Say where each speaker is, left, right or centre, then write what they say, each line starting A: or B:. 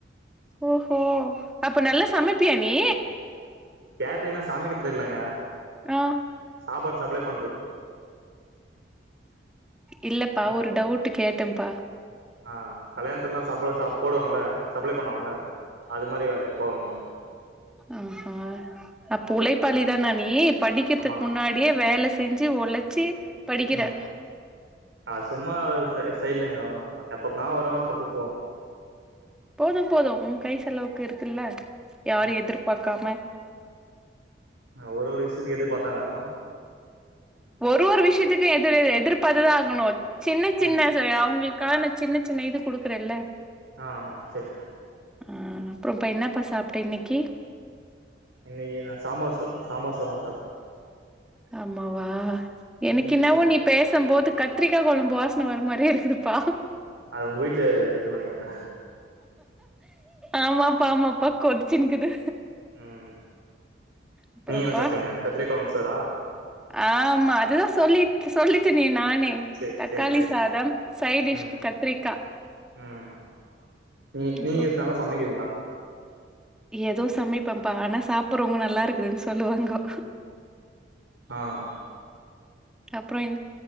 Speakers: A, in the centre; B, on the right.
A: ஓஹோ அப்ப நல்லா
B: ம்
A: சமைப்பியா நீ
B: கேட்ரிங்னா சமைக்கிறது இல்லங்க
A: ஆ
B: சாப்பாடு சப்ளை பண்றது
A: இல்லப்பா ஒரு
B: க
A: டவுட் கேட்டேப்பா
B: ஆ கல்யாணத்துல எல்லா சப்பிலெ சாப் போடுவாங்கள சப்ளை பண்ணுவாங்கள அது மாரி வேலைக்கு போவேங்க
A: ஆ ஹா அப்ப
B: ம்
A: உழைப்பாளி தானா நீ படிக்கிறதுக்கு
B: ஆமாங்க
A: முன்னாடி யே வேல செஞ்சு ஒழைச்சு படிக்கிறே
B: ம் அது சும்மா சை சைடுலங்க எப்பப்பலா வரும் அப்பப்போ போவோ
A: போதும் போதும் உன் கை செலவுக்கு இருக்குல்ல யாரயு
B: ம்
A: எதிர்பார்க்காம
B: ஆ ஒரு ஒரு விஷயத்துக்கு எதிர் பாத்தானே ஆகணும்
A: ஒரு ஒரு விஷயத்துக்கும் எதிர் எதிர்பாத்துதா ஆகணும் சின்ன சின்ன
B: ம்
A: அவங்களுக்கு கா நா சின்ன சின்ன இது குடுக்றேல்ல
B: ஆ ஆமா செரிங்க
A: ஆ அப்புறம்ப்ப என்னப்பா சாப்டே இன்னைக்கு
B: இன்னைக்கு நா சாம்பார் சோ சாம்பார் சாதம் சாப்டேன்
A: ஆமாவா எனக்கு
B: நீங்க என்ன
A: என்னவோ
B: சாப்ட்டீங்க
A: நீ பேச ம் போது கத்திரிக்கா கொழம்பு வாசனை வர மாரியே இருக்குதுப்பா
B: அது உங்க வீட்டு்ல இருக்குனு நினக்கிறெங்க
A: ஆமாப்பா ஆமாப்பா கொதிச்சின்குது
B: ம்
A: அப்புறம்ப்பா
B: நீங்க என்ன சாப்பிட்டீங்க கத்திரிக்கா குழம்பு சோறா
A: ஆமா அது சொல்லி சொல்லிட்டேனே நானே
B: சேரி
A: தக்காளி
B: சேரிங்க சேரிங்க
A: சாதம் சைடிஷ்க்கு
B: ம்
A: கத்திரிக்கா
B: ம் நீ
A: அப்புறம்
B: நீங்க நல்லா சமைக்கீங்களா
A: ஏதோ சமைப்பேப்பா ஆனா சாப்புடுறவங்கொ நல்லா இருக்குதுன்னு சொல்லுவாங்கோ
B: ஆ
A: அப்புற இன்